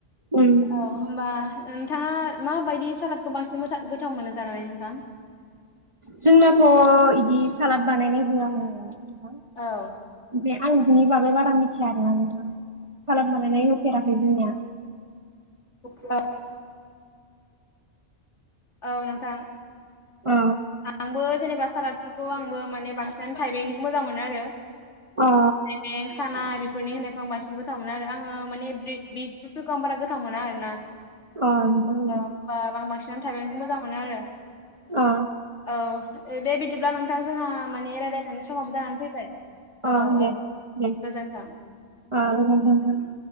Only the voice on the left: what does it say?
औ होमबा नोंथाङा माबायदि सालादखौ बांसिन मोजा गोथाव मोनो जानानै नोंथां?
औ।
औ औ नोंथां
आंबो जेनेबा सालादफोरखौ आंबो माने बांसिनानो थाइबेंनिखौ मोजां मोनो आरो।
थाइबें साना बेफोरनि होननायखौ आं बांसिन गोथाव मोनो आरो। ओ माने ब्रिद बिटफोरखौ आं बारा गोथाव मोना आरो ना। औ
होमबा आं बांसिनानो थाइबेंखौ मोजां मोनो आरो।
औ दे बिदिब्ला नोंथां जोंहा माने रायलायनानै समाबो दानानै फैबाय
औ
औ।
गोजोन्थों।